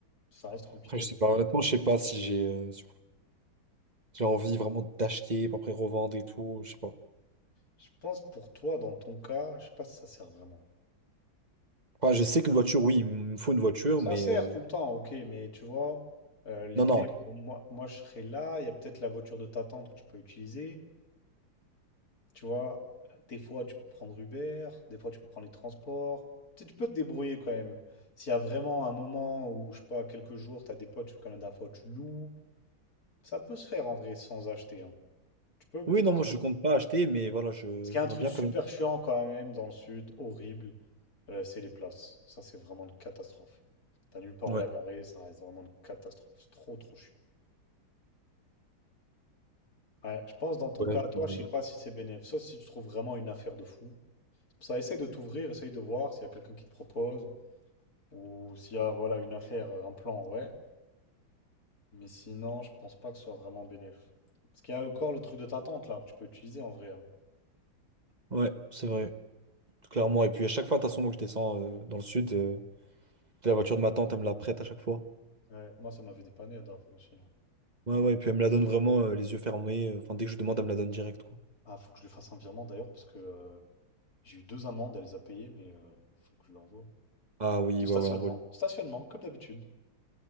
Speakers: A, on the left; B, on the right.
A: Ça reste compliqué.
B: Après, je
A: mais-
B: sais pas, honnêtement, je sais pas si j'ai euh, si j'ai envie vraiment d'acheter pour après revendre et tout, je sais pas.
A: Je pense pour toi, dans ton cas, je sais pas si ça sert vraiment.
B: Enfin, je sais qu'une voiture, oui, il me faut une voiture,
A: Ça
B: mais
A: sert
B: euh,
A: tout le temps, ok, mais tu vois, euh, l'été,
B: non, non.
A: bon, moi, moi, je serai là, il y a peut-être la voiture de ta tante que tu peux utiliser. Tu vois, des fois, tu peux prendre Uber, des fois, tu peux prendre les transports. Tu sais, tu peux te débrouiller quand même. S'il y a vraiment un moment où, je sais pas, quelques jours, tu as des potes, tu fais comme la dernière fois, tu loues. Ça peut se faire en vrai sans acheter. hein. Tu peux.
B: Oui,
A: Parce
B: non, moi, je compte pas acheter, mais voilà, je
A: parce qu'il y
B: j'aimerais
A: a un truc
B: bien
A: super
B: quand même.
A: chiant quand même dans le sud, horrible, euh, c'est les places. Ça, c'est vraiment une catastrophe. T'as nulle part
B: Ouais,
A: où la garer, ça reste vraiment une catastrophe. C'est trop, trop chiant. Ouais, je pense dans ton
B: ouais,
A: cas, toi,
B: je-
A: je sais
B: je-
A: pas si c'est bénéf, sauf si tu trouves vraiment une affaire de fou. Ça, essaye de t'ouvrir, essaye de voir s'il y a quelqu'un qui te propose. Ou s'il y a voilà, une affaire, euh, un plan, ouais. Mais sinon, je pense pas que ce soit vraiment bénéf. Parce qu'il y a encore le truc de ta tante là, que tu peux utiliser en vrai. hein.
B: ouais, c'est vrai, clairement. Et puis, à chaque fois, de toute façon, moi, que je descends euh, dans le sud, euh, la voiture de ma tante, elle me la prête à chaque fois.
A: Ouais, moi, ça m'avait dépanné la dernière fois aussi. hein.
B: Ouais, ouais, et puis elle me la donne vraiment euh, les yeux fermés. euh, Enfin, dès que je demande, elle me la donne direct, quoi.
A: Ah, faut que je lui fasse un virement d'ailleurs, parce que euh, j'ai eu deux amendes, elle les a payées, mais euh, faut que je l'envoie.
B: Ah oui,
A: De stationnement.
B: ouais, ouais, on voit
A: Stationnement, comme d'habitude.